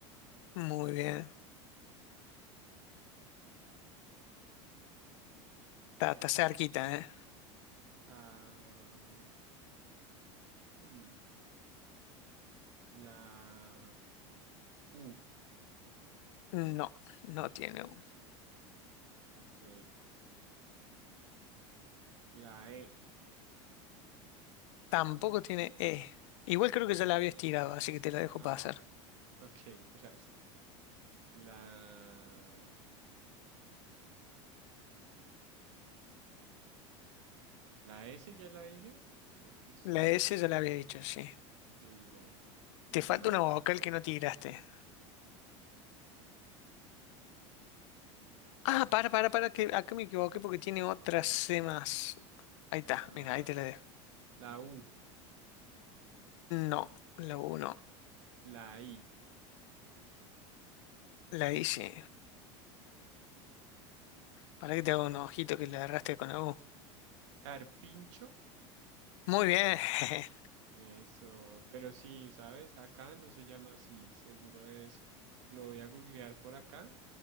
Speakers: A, on the left (about 75°); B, on the right (about 80°).
A: Muy bien. Está, está cerquita, ¿eh?
B: Ah, hmm, La U.
A: No, no tiene U.
B: Ok. La E.
A: Tampoco tiene E. Igual creo que ya la había estirado, así que te la dejo
B: Ah,
A: pasar.
B: <laughs> ok, gracias. La, la S ya la dije. Creo que sí.
A: La S ya la habías dicho, sí.
B: Sí, ya.
A: Te
B: La,
A: falta una vocal que no tiraste. Ah, para, para, para, que acá me equivoqué porque tiene otras C más. Ahí está,
B: ah,
A: mira, ahí te la dejo.
B: la U.
A: No, la U no.
B: La I.
A: La I sí. Para que te haga un ojito que le agarraste con la U.
B: Carpincho.
A: Muy bien. <laughs>
B: Eso. Pero sí, ¿sabes? Acá no se llama así. Seguro es. Lo voy a googlear por acá.